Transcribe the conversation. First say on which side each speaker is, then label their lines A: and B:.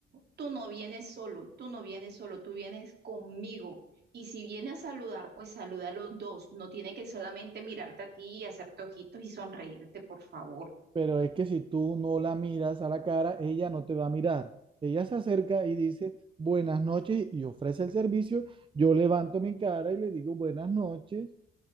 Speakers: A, on the right; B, on the right.
A: tú no vienes solo, tú no vienes solo, tú vienes conmigo. Y si viene a saludar, pues saluda a los dos. No tiene que solamente mirarte a ti y hacerte ojitos y sonreírte, por favor.
B: pero es que si tú no la miras a la cara, ella no te va a mirar. Ella se acerca y dice, buenas noches, y ofrece el servicio. Yo levanto mi cara y le digo, buenas noches.